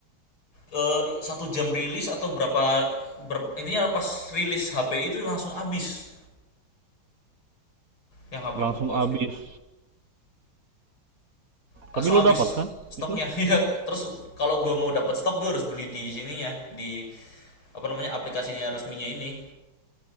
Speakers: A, on the left; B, on the right.
A: eh, satu jam rilis atau berapa ber- intinya pas rilis HP itu langsung habis yang HP
B: Langsung
A: Poco
B: habis.
A: f lima langsung
B: Tapi lo
A: habis
B: dapat kan
A: stoknya
B: itu?
A: ya <laughs> terus kalau gue mau dapat stok gue harus beli di sininya di apa namanya aplikasinya resminya ini